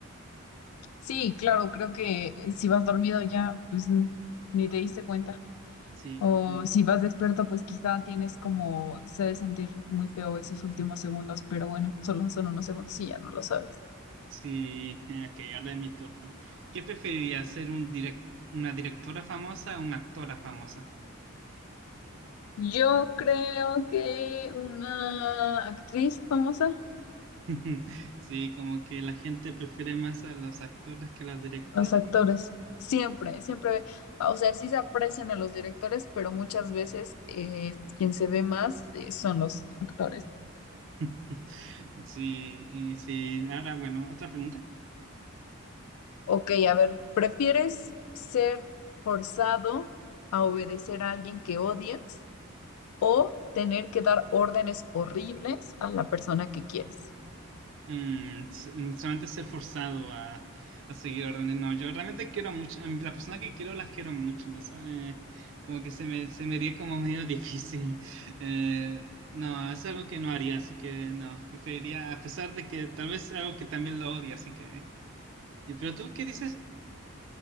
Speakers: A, on the left (about 85°); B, on the right (about 60°).
A: sí, claro, creo que eh, si vas dormido ya, pues n- ni te diste cuenta.
B: Sí,
A: O
B: mm,
A: si vas despierto, pues quizá tienes como, se ha de sentir muy feo esos últimos segundos, pero bueno, solo son unos segundos y ya no lo sabes.
B: sí. eh, Ok, ahora es mi turno. ¿Qué preferirías, ser un direc- una directora famosa o una actora famosa?
A: Yo creo que una actriz famosa.
B: <laughs> Sí, como que la gente prefiere más a los actores que a los directores,
A: Los actores,
B: ¿no?
A: siempre, siempre, o sea, sí se aprecian a los directores, pero muchas veces eh, quien se ve más eh, son los actores.
B: <laughs> Sí, y sí. Ahora, bueno, otra pregunta.
A: Ok, a ver, ¿prefieres ser forzado a obedecer a alguien que odias o tener que dar órdenes horribles a la persona que quieres?
B: Mm, s- mm, solamente ser forzado a, a seguir órdenes. No, yo realmente quiero mucho, a mí las personas que quiero las quiero mucho, ¿no? sabes? como que se me, se me haría como medio <laughs> difícil. Eh, no, es algo que no haría, así que no, preferiría, a pesar de que tal vez algo que también lo odia, así que... ¿Y pero tú qué dices?